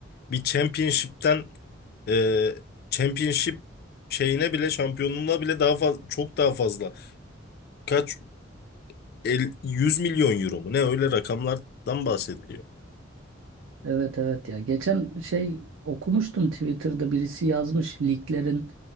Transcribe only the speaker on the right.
Evet evet ya geçen şey okumuştum Twitter'da birisi yazmış liglerin